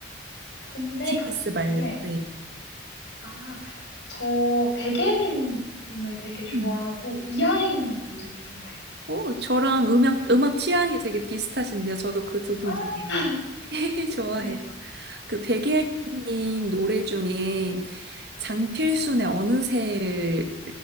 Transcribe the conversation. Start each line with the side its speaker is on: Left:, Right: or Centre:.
Left: 국내
Right: TBS
Left: 가수 중에
Right: 말고.
Left: 아, 저 백예린 님을 되게 좋아하고
Right: 네.
Left: 이하이 님도 되게 좋아해요.
Right: 오, 저랑 음악, 음악 취향이 되게 비슷하신데요. 저도 그 두 분
Left: 아,
Right: 되게 <laughs> 좋아해요.
Left: 네.
Right: 그 백예린님 노래 중에 장필순의 어느새를